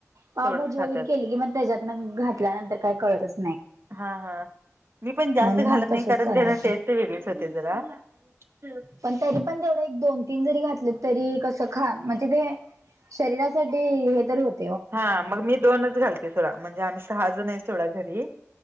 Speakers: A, on the right (about 80°); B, on the right (about 45°).
A: पावभाजी
B: तेवढंच खातात
A: वगैरे केली की मग त्याच्यातन घातल्यानंतर काय कळतचत
B: हा हा मी पण जास्त
A: म्हणून
B: घालत
A: मग
B: नाही
A: तसच
B: कारण
A: करायचं.
B: त्याना टेस्ट वेगळीच होते जरा हम्
A: पण तरी पण तेवढं एक दोन तीन जरी घातलं तरी कसं खा म्हणजे ते शरीरासाठी हे तरी होत
B: हा मग मी दोनच घालते सोडा म्हणजे आम्ही सहाजण आहे सोडा घरी